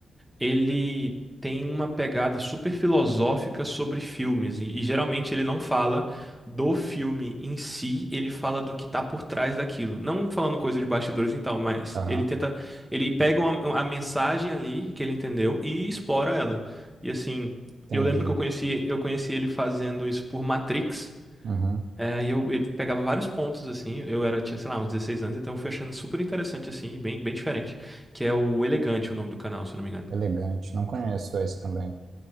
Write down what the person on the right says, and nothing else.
Aham,
entendi.
Uhum,
elegante. Não conheço esse também.